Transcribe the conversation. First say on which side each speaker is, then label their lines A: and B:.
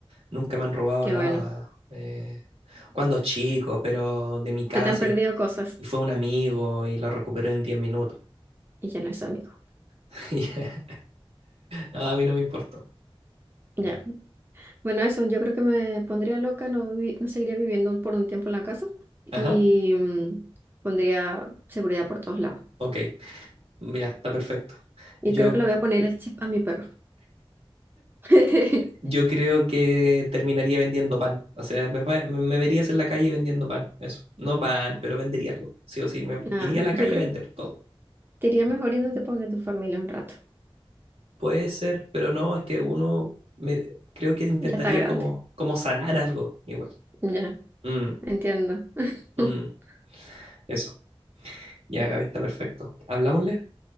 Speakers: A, on the right; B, on the right.
A: Nunca me han robado
B: Qué
A: nada.
B: bueno.
A: eh, cuando chico, pero de mi casa.
B: Se te han perdido
A: Y
B: cosas
A: fue un amigo y lo recuperó en 10 minutos.
B: y ya no es amigo.
A: <laughs> Y, A mí no me importó.
B: Ya. Bueno, eso, yo creo que me pondría loca, no, vivi- no seguiría viviendo por un tiempo en la casa y
A: Ajá,
B: mm, pondría seguridad por todos lados.
A: ok, ya, está perfecto.
B: Y
A: Yo,
B: creo que le voy a poner el chip a mi perro. <laughs>
A: yo creo que terminaría vendiendo pan. O sea, me, pa- me- me verías en la calle vendiendo pan. Eso. No pan, pero vendería algo. Sí o sí, me
B: Ah,
A: iría a la
B: yo
A: calle
B: creo
A: a vender todo.
B: Te iría mejor yéndote para donde tu familia un rato.
A: Puede ser, pero no, es que uno me, creo que intentaría
B: Ya está grande.
A: como, como sanar algo igual.
B: Ya,
A: Mm,
B: entiendo. <laughs>
A: mm, eso. Ya, Gaby, está perfecto. ¿Hablámosle?